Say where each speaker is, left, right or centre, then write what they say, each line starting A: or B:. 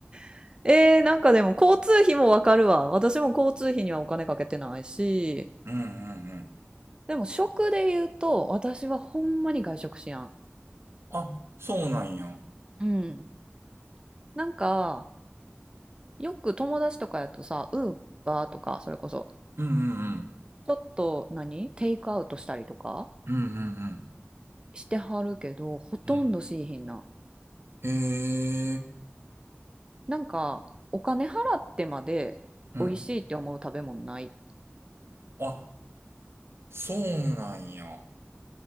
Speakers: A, on the right; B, on the right.
A: <laughs> えー、なんかでも交通費もわかるわ私も交通費にはお金かけてないし
B: うんうんうん。
A: でも食で言うと私はほんまに外食しやん
B: あ、そうなんや。
A: うんなんかよく友達とかやとさウーバーとかそれこそ
B: うんうんうん。
A: ちょっと何テイクアウトしたりとか
B: うんうんうん。
A: してはるけど、ほとんどしいひんな。
B: うんへえ。
A: なんか、お金払ってまで美味しいって思う食べ物ない
B: うん。あ、そうなんや。あ